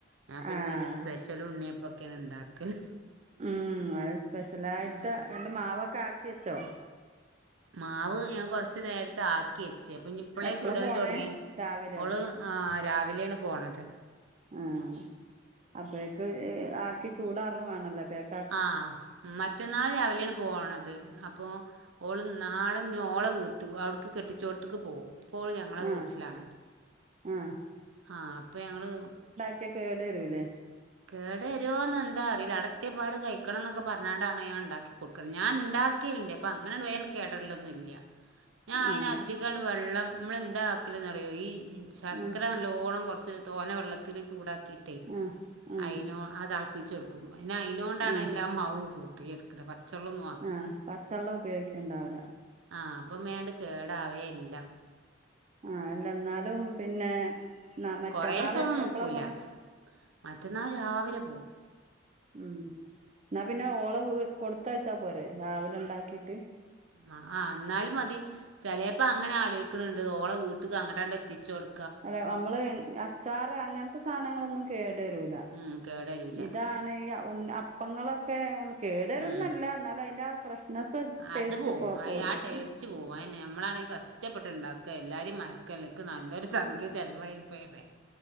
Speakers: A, on the right; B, on the right.
A: ഞാൻ പിന്നെ
B: ആഹ്
A: സ്പെ <unintelligible> ത്തലും ഉണ്ണിയപ്പൊക്കെയാണ് ണ്ടാക്കല്.
B: ഉം അത് സ്പെഷ്യലായിട്ട്
A: ഉം
B: ന്നട്ട് മാവൊക്കെ ആക്കി വെച്ചോ?
A: മാവ് ഞാൻ കൊറച്ച് നേരത്തെ ആക്കി വെച്ച് അപ്പൊ ഇഞ്ഞ് ഇപ്പളെ
B: എപ്പോഴാണ്
A: ചുടൽ
B: പോണത്
A: തോടങ്ങിയ
B: രാവിലെയോ
A: ഓള് ആ രാവിലെയാണ് പോണത്.
B: ആഹ അപ്പഴേക്ക് ആക്കി ചൂടാറും വാണല്ലോ പെക്ക്
A: ആഹ മറ്റന്നാൾ രാവിലെയാണ് പോണത് അപ്പോ ഓള് നാളെ ഇഞ്ഞ് ഓളെ വീട്ട് അവിടുക്ക് കെട്ടിച്ചോടത്തേക്ക് പോകും. ഇപ്പോൾ ഞങ്ങളെ
B: ആ
A: വീട്ടിലാണ്.
B: ആ
A: ആഹ അപ്പൊ ഞങ്ങള്
B: ച്ചാ കേട് വരൂലേ?
A: കേടെരോന്ന് എന്താ അറീല്ല അടത്യ പാട് കഴിക്കണംന്നൊക്കെ പറഞ്ഞാണ്ടാണ് ഞാൻ ഇണ്ടാക്കി ഞാൻ ഇണ്ടാകൽണ്ട് അപ്പം അങ്ങനെ വേം കേടൽരോന്നും ഇല്ല. ഞാൻ
B: ആ
A: അയിന് അധികം വെള്ളം നമൾ എന്താ ആക്കൽന്ന് അറിയോ ഈ ശർക്കര
B: ആ
A: നലോണം കൊറച്ച് തോന വെള്ളത്തിൽ ചൂടാക്കിയിട്ടേ
B: ആ ആ
A: അയിനോ അത് അളപ്പിച്ചെടുക്കും. പിന്നെ അയിനോണ്ടാണ്
B: ആ
A: എല്ലാം മാവും കൂട്ടി എടുക്കുന്നത്. പച്ചള്ളംന്നും
B: ആഹ പച്ചവെള്ളം ഉപയോഗിക്കണ്ടാവൂല?
A: ആഹ അപ്പം വേം അണ്ട് കേടാവേല്ല.
B: ആ അല്ല ന്നാലും പിന്നെ മറ്റന്നാള്
A: കുറേ ദിവസമൊന്നും നിൽക്കൂല
B: എപ്പളാ പോണെ?
A: മറ്റന്നാൾ രാവിലെ പോകും.
B: ഉം എന്നാ പിന്നെ ഓള കൊടുത്തയച്ചാ പോരെ രാവിലെ ഇണ്ടാക്കിട്ട്-
A: ആഹ് ആഹ് എന്നാലും മതി ചിലപ്പോ അങ്ങനെ ആലോചിക്കണ്ണ്ട് ഓള വീട്ടക്ക് അങ്ങട്ടാണ്ട് എത്തിച്ച കൊടു
B: അല്ലേ നമ്മള് അച്ചാറ് അങ്ങനത്തെ സാധനങ്ങളൊന്നും കേടരൂല
A: ഉം കേടരൂല
B: ഇതാണ് ഈ ഉണ്ണി അപ്പം അപ്പങ്ങളൊക്കെ കേടുരോന്നുംല്ല
A: ഉം
B: എന്നാലും അതിൻ്റെ ആ ഫ്രഷ്നെസ്സ് ടേസ്റ്റ്
A: അത് പോവും
B: ഒക്കെ
A: അയ്
B: പോരും-
A: ആ ടേസ്റ്റ് പോവും നമ്മളാണെ കഷ്ടപ്പെട്ട് ഇണ്ടാക്ക എല്ലാരിം മാര്ക്ക് അല്ല ഇൻക്ക് നല്ലൊരു സംഖ്യ ചെലവായിണ് ഇപ്പോ അയ്മേൽ-